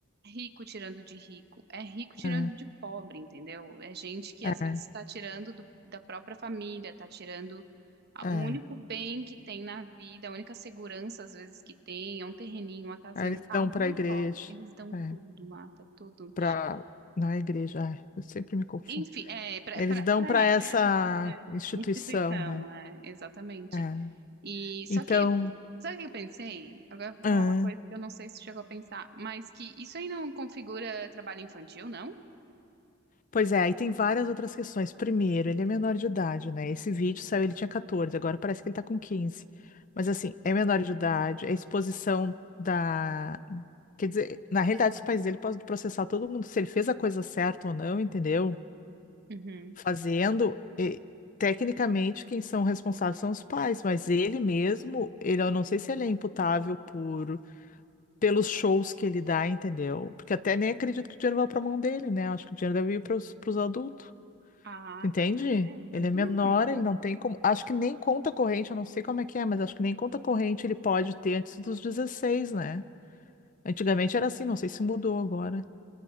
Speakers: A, on the right (about 50°); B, on the left (about 40°).
A: rico tirando de rico, é rico tirando
B: é,
A: de pobre, entendeu? É gente que às
B: é,
A: vezes está tirando do- da própria família, está tirando a-
B: é.
A: o único bem que tem na vida, a única segurança às vezes que tem, é um terreninho, uma casinha,
B: Aí eles
A: um carro,
B: dão para
A: não
B: a
A: importa.
B: igreja,
A: Eles dão
B: é,
A: tudo, Marta, tudo.
B: para não é igreja, ai, eu sempre me confundo.
A: Enfim, é para
B: Eles dão para
A: isso.
B: essa
A: <laughs> É,
B: instituição,
A: instituição,
B: né?
A: é, exatamente.
B: É.
A: E só
B: Então,
A: que, sabe o que eu pensei? Agora eu vou
B: ah,
A: falar uma coisa que eu não sei se chegou a pensar, mas que isso aí não configura trabalho infantil, não?
B: pois é, aí tem várias outras questões. Primeiro, ele é menor de idade, né? Esse vídeo saiu, ele tinha 14, agora parece que ele tá com 15. Mas assim, é menor de idade, é exposição da. Quer dizer, na realidade, os pais dele podem processar todo mundo se ele fez a coisa certa ou não, entendeu?
A: Uhum.
B: fazendo, e, tecnicamente quem são responsáveis são os pais, mas ele mesmo, ele, eu não sei se ele é imputável por pelos shows que ele dá, entendeu? Porque até nem acredito que o dinheiro vá para a mão dele, né? Eu Acho que o dinheiro deve ir para os adultos,
A: Ah,
B: entende?
A: com certeza.
B: Ele é menor,
A: Uhum.
B: ele não tem como. Acho que nem conta corrente, eu não sei como é que é, mas acho que nem conta corrente ele pode ter antes dos 16 né? Antigamente era assim, não sei se mudou agora.